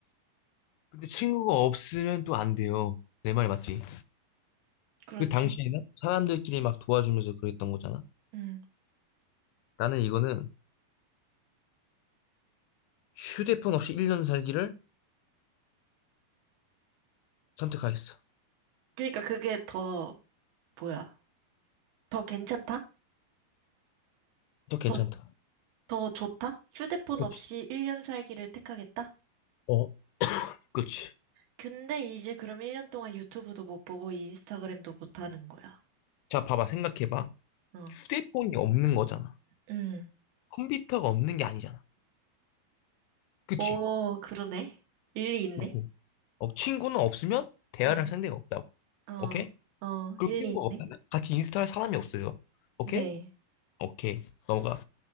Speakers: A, on the left; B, on the right.
A: 근데 친구가 없으면 또 안 돼요. 내 말 맞지?
B: 그렇지.
A: 그 당시에는 사람들끼리 막 도와주면서 그랬던 거잖아.
B: 음.
A: 나는 이거는 휴대폰 없이 1년 살기를 선택하겠어.
B: 그러니까 그게 더 뭐야? 더 괜찮다?
A: 또 괜찮다.
B: 더 더 좋다? 휴대폰
A: 그치?
B: 없이 1년 살기를 택하겠다?
A: 어, 그렇지.
B: 근데 이제 그럼 1년 동안 유튜브도 못 보고 인스타그램도 못 하는 거야.
A: 자, 봐봐, 생각해봐.
B: 어.
A: 휴대폰이 없는 거잖아.
B: 음.
A: 컴퓨터가 없는 게 아니잖아. 그치?
B: 오, <laughs> 그러네. 일리 있네.
A: 오케이. 어, 친구는 없으면 대화를
B: 어,
A: 할 상대가 없다고.
B: 어,
A: 오케이?
B: 어,
A: 그리고
B: 일리
A: 친구가
B: 있네.
A: 없다면 같이 인스타 할 사람이 없어요. 오케이?
B: 네.
A: 오케이. 넘어가.